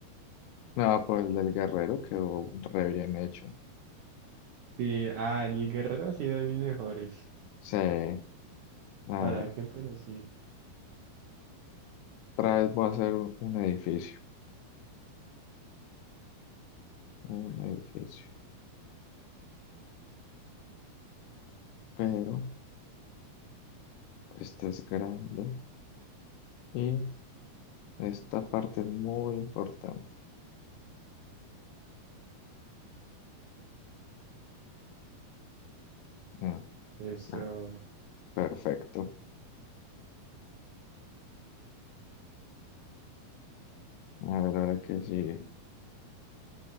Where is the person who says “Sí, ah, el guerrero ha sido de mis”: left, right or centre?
Right